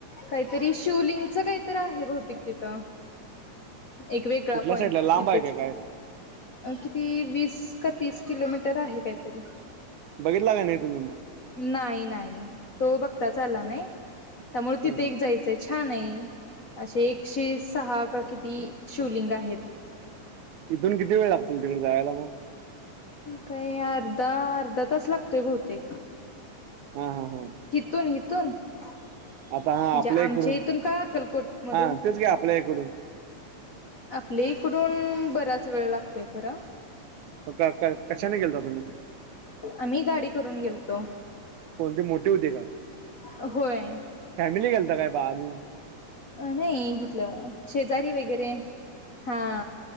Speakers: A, on the left; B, on the right.
A: काहीतरी शिवलिंगच काहीतरी, आहे भौतिक तिथं.
B: <inaudible>
A: एक वेगळा
B: कुठल्या
A: पॉईंट
B: साईडला लांब
A: तिथंच.
B: आहे का काय?
A: अ किती वीस, का तीस, किलोमीटर आहे काहीतरी.
B: बघितला, का नाही तुम्ही म.
A: नाही, नाही तो बघताच आला नाही. त्यामुळे तिथे
B: हं हं.
A: एक जायचंय. छान आहे, असे एकशे सहा, का किती शिवलिंग आहेत.
B: इथून किती वेळ लागतो तिकड जायला म.
A: काही अर्धा, अर्धा तास लागतोय बहुतेक.
B: हा हा हा!
A: कीथून, हिथून म्हणजे
B: आता हा आपल्या
A: आमच्या
B: इकडून
A: इथून का आक्कलकोट मधून
B: हा तेच की आपल्या ईकडून
A: आपली इकडून बराच वेळ लागतोय खरा.
B: मग कार, काय कशाने गेलता तुम्ही?
A: आम्ही गाडी करून गेलतो.
B: कोणती मोठी होती का
A: होय
B: फॅमिली गेलता काय बा <unintelligible>
A: अ नाही इथलं शेजारी, वगैरे हा.